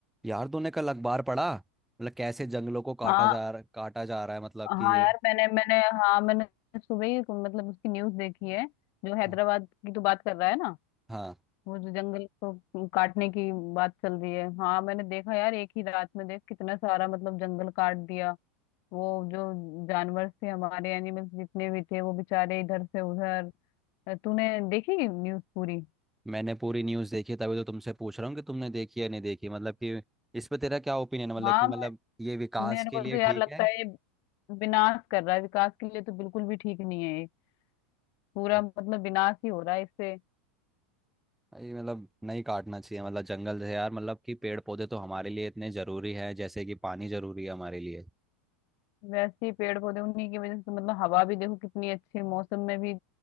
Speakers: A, in the centre; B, on the left.
A: यार तूने कल अखबार पढ़ा मतलब कैसे जंगलों को काटा
B: हाँ
A: जा रहा काटा जा रहा है मतलब
B: हाँ
A: कि
B: यार मैंने मैंने हाँ मैंने सुबह ही मतलब उसकी न्यूज़ देखी है जो हैदराबाद
A: हाँ
B: की तो बात कर रहा है ना
A: हाँ,
B: वो जो जंगल को काटने की बात चल रही है हाँ मैंने देखा यार एक ही रात में देख कितना सारा मतलब जंगल काट दिया वो जो जानवर थे हमारे एनिमल्स जितने भी थे वो बेचारे इधर से उधर तूने देखी न्यूज़ पूरी
A: मैंने पूरी न्यूज़ देखी तभी तो तुमसे पूछ रहा हूँ कि तुमने देखी या नहीं देखी मतलब कि इस पे तेरा क्या ओपिनियन है मतलब
B: हाँ
A: कि मतलब
B: मैं-
A: ये विकास
B: मेरे
A: के
B: को
A: लिए
B: तो यार
A: ठीक
B: लगता
A: है
B: है ये विनाश कर रहा है विकास के लिए तो बिल्कुल भी ठीक नहीं है ये पूरा
A: अच्छा,
B: मतलब विनाश ही हो रहा है इससे
A: ये मतलब नहीं काटना चाहिए मतलब जंगल है यार मतलब कि पेड़ पौधे तो हमारे लिए इतने ज़रूरी है जैसे कि पानी ज़रूरी है हमारे लिए
B: वैसे ही पेड़ पौधे उन्हीं की वजह से मतलब हवा भी देखो कितनी अच्छी है, मौसम में भी